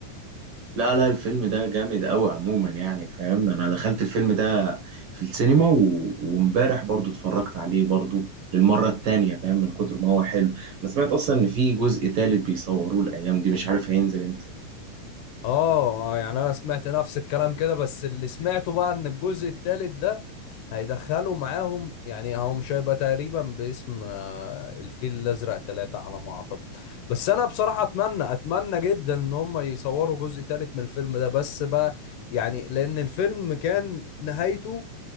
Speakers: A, on the right (about 60°); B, on the left (about 80°).
A: لا لا الفيلم ده جامد أوي عموما يعني فاهم أنا دخلت الفيلم ده في السينما و... وامبارح برضو اتفرجت عليه برضو للمرة التانية فاهم من كتر ما هو حلو أنا سمعت أصلا إن في جزء تالت بيصوروه الأيام دي مش عارف هينزل امتى
B: اه آه، يعني انا سمعت نفس الكلام كده بس اللي سمعته بقى ان الجزء الثالث ده هيدخلوا معاهم يعني هو مش هيبقى تقريبا باسم آه، الفيل الازرق ثلاثة على ما اعتقد بس انا بصراحة اتمنى اتمنى جدا ان هم يصوروا جزء ثالث من الفيلم ده بس بقى يعني لان الفيلم كان نهايته